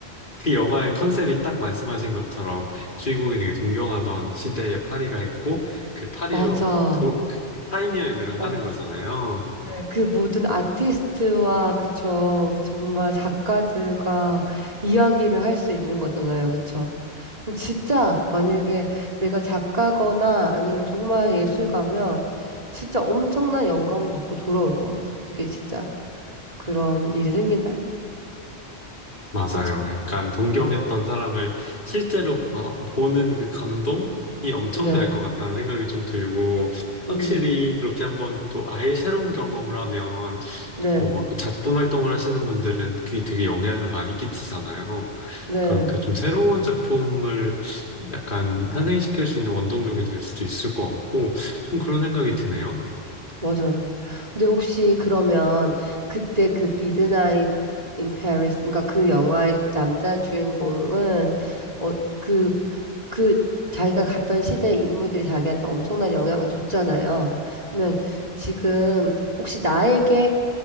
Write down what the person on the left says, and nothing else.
그 영화의 컨셉이 딱 말씀하신 것처럼 주인공이 되게 존경하던 시대의 파리가 있고, 그 파리로
도, 타임여행을
하는 거잖아요.
맞아요.
약간 동경했던
사람을 실제로 봐- 보는 그 감동이 엄청날
것 같다는 생각이 좀 들고, 확실히
그렇게 한번 또 아예 새로운 경험을 하면,
뭐, 작품 활동을 하시는 분들은 그게 되게 영향을 많이 끼치잖아요.
그러니까 좀 새로운 작품을 약간 탄생시킬 수 있는 원동력이 될 수도 있을 것 같고, 좀 그런 생각이 드네요.